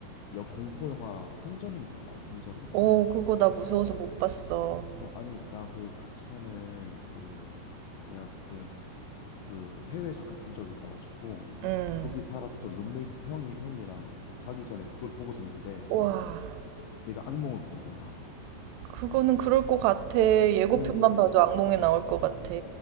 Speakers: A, on the left; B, on the right.
A: 여 공포 영화 컨저링 알아? 컨저링?
B: 어 그거 나 무서워서 못 봤어.
A: 어, 아니, 나 그 같이 사는 그 내가 그때 그 해외 잠깐 산 적이 있어가지고
B: 음.
A: 거기 살았던 룸메이트 형이 형이랑 그 자기 전에 그걸 보고 잤는데
B: 와,
A: 내가 악몽을 꾼 거야.
B: 그거는 그럴 것 같아. 예고편만
A: 응,
B: 봐도
A: 응.
B: 악몽에 나올 것 같아.